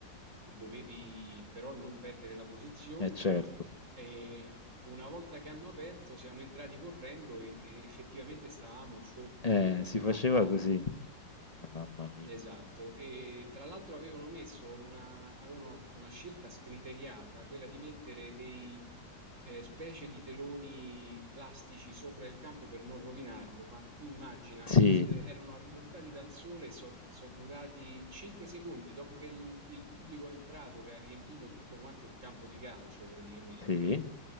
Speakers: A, on the right; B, on the left.
A: e dovevi però non perdere la posizione.
B: Eh certo,
A: E una volta che hanno aperto siamo entrati correndo e, e effettivamente stavamo sotto
B: eh, si faceva
A: al palco.
B: così, mamma mia.
A: Esatto, e tra l'altro avevano messo una, avevano una scelta scriteriata, quella di mettere dei eh, specie di teloni plastici sopra il campo per non rovinarlo, ma tu immagina,
B: Sì,
A: eh, erano arroventati dal sole, sono durati 5 secondi dopo che il, il pubblico è entrato, che ha riempito tutto quanto il campo di calcio praticamente,
B: sì,